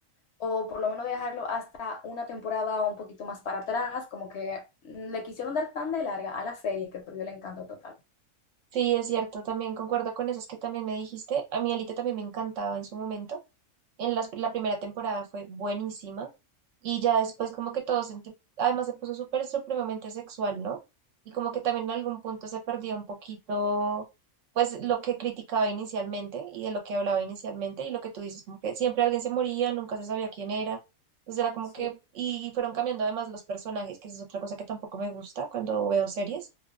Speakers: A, on the left; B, on the right.
A: o por lo menos dejarlo hasta una temporada un poquito más para atrás, como que mm, le quisieron dar tan de larga a la serie que perdió el encanto total.
B: sí, es cierto, también concuerdo con eso, es que también me dijiste, a mí Alita también me encantaba en su momento. En las- la primera temporada fue buenísima y ya después como que todo se enti- además se puso súper supremamente sexual, ¿no? Y como que también en algún punto se perdía un poquito pues lo que criticaba inicialmente y de lo que hablaba inicialmente y lo que tú dices, como que siempre alguien se moría, nunca se sabía quién era. Entonces era como
A: sí
B: que, y fueron cambiando además los personajes, que esa es otra cosa que tampoco me gusta cuando veo series